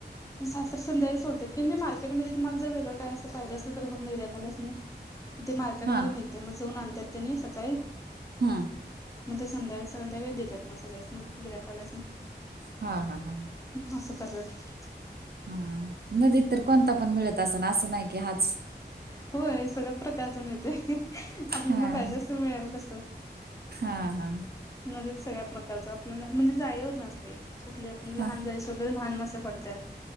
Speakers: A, on the left; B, on the right.
A: सासत्र संध्याकाळी सोडतात की मार्केटमध्येध्ये तुम्हाला जर वेगळ. काय अस पाहिजे असल तर मर्याकालच नाही ते मार्केटमध्ये
B: हा
A: मिळ. ते मग जाऊन आणतात त्यांनी सकाळी.
B: हा
A: म्हणजे संध्याकाळी संध्याकाळी देतात सगळ्यासनी गिर्‍हाईक वाल्यांसनी
B: हा हा हा...
A: हम्म असं करतात
B: हा नदीत तर कोणता पण मिळत अस ना असं नाही की हाच
A: हो सगळ्या प्रकारच मिळते आपल्याला
B: हा
A: पाहिजे
B: हा
A: असं मिळेल कसं
B: हा हा..
A: नदीत सगळ्या प्रकारच आपल्याला म्हणजे जाईवर नसते कुठली आपण लहान
B: हा
A: जाळी सोडली तर लहान मासे पडतात